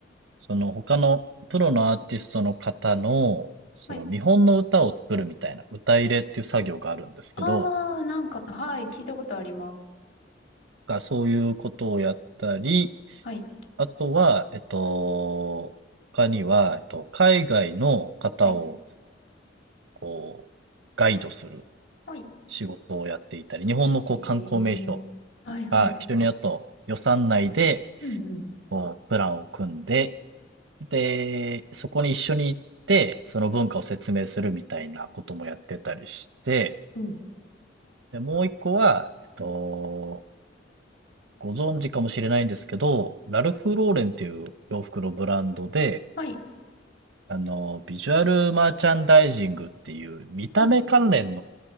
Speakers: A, on the right; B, on the left.
A: その他のプロのアーティストの方の、その見本の歌を作るみたいな、
B: はい。
A: 歌入れっていう作業があるんですけど、
B: あー、なんか、はい、聞いたことあります。
A: がそういうことをやったり、
B: はい。
A: あとは、えっと、他には、えっと、海外の方を、
B: はい。
A: こう、ガイドする。
B: はい。
A: 仕事をやっていたり、日本のこう観光名所
B: へえー、はい、はい。
A: が一緒にやると予算内で
B: うんうん、
A: こうプランを組んで、で、そこに一緒に行って、その文化を説明するみたいなこともやってたりして、
B: うん。
A: で、もう一個は、えっと、ご存知かもしれないんですけど、ラルフ・ローレンっていう洋服のブランドで、
B: はい。
A: あの、ビジュアルマーチャンダイジングっていう見た目関連の、
B: うん、